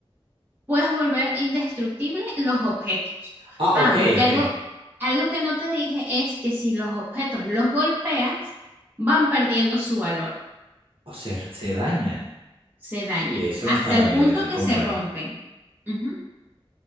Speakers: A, on the right; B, on the right.
A: puedes volver indestructible los objetos.
B: Ah,
A: Ah,
B: ok,
A: porque
B: ok.
A: algo, algo que no te dije es que si los objetos los golpeas, van perdiendo su valor,
B: O se, se dañan.
A: se dañan,
B: Uy, eso
A: hasta
B: no estaba
A: el
B: en
A: punto
B: el Lethal
A: que
B: Company.
A: se rompen. Ujú,